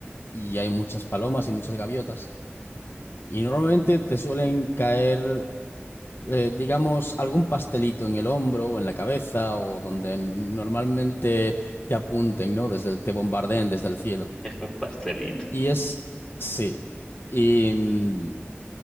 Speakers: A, on the left; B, on the left.
A: y hay muchas palomas y muchas gaviotas. Y normalmente te suelen caer, eh, digamos, algún pastelito en el hombro o en la cabeza o donde normalmente te apunten, ¿no? Desde el, te bombardeen desde el cielo.
B: <laughs> Un pastelito.
A: Y es, sí. Y, mm,